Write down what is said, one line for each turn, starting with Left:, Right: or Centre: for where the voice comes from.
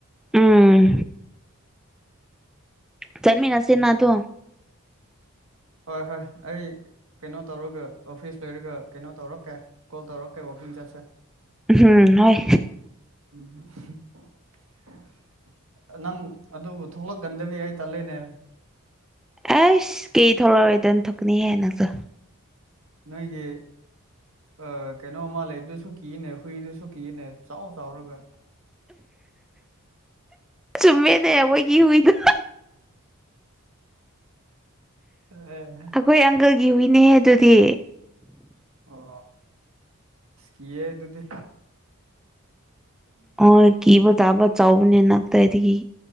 Centre: ꯎꯝ ꯆꯟꯃꯤꯅ ꯁꯤꯅꯥ ꯇꯣ
Right: ꯍꯣꯏ ꯍꯣꯏ ꯑꯩ ꯀꯩꯅꯣ ꯇꯧꯔꯒ ꯑꯣꯐꯤꯁ ꯂꯣꯏꯔꯒ ꯀꯩꯅꯣ ꯇꯧꯔꯛꯀꯦ ꯀꯣꯜ ꯇꯧꯔꯛꯀꯦ ꯋꯥꯛꯀꯤꯡ ꯆꯠꯁꯦ
Centre: ꯎꯝ ꯍꯣꯏ
Right: ꯎꯝ <unintelligible> ꯅꯪ ꯑꯗꯨꯕꯨ ꯊꯣꯛꯂꯛꯀꯟꯗꯕꯤ ꯑꯩ ꯇꯜꯂꯦꯅꯦ
Centre: ꯑꯩꯁ ꯀꯩ ꯊꯣꯛꯂꯛꯔꯣꯏꯗꯕꯟ ꯊꯣꯛꯀꯅꯤꯍꯦ ꯅꯪꯁꯨ
Right: ꯅꯣꯏꯒꯤ ꯑ ꯀꯩꯅꯣꯝꯃ ꯂꯩꯕꯗꯨꯁꯨ ꯀꯤꯅꯦ ꯍꯨꯏꯗꯨꯁꯨ ꯀꯤꯅꯦ ꯆꯥꯎ ꯆꯥꯎꯔꯒ
Centre: ꯆꯨꯝꯃꯦꯅꯦ ꯑꯩꯈꯣꯏꯒꯤ ꯍꯨꯏꯗꯨ
Right: ꯑ <unintelligible>
Centre: ꯑꯈꯣꯏ ꯑꯪꯀꯜꯒꯤ ꯍꯨꯏꯅꯦ ꯑꯗꯨꯗꯤ
Right: ꯑꯣ ꯑꯁ ꯀꯤꯌꯦ ꯑꯗꯨꯗꯤ
Centre: ꯑꯣ ꯀꯤꯕ ꯇꯥꯕ ꯆꯥꯎꯕꯅꯤꯅ ꯀꯗꯥꯏꯗꯒꯤ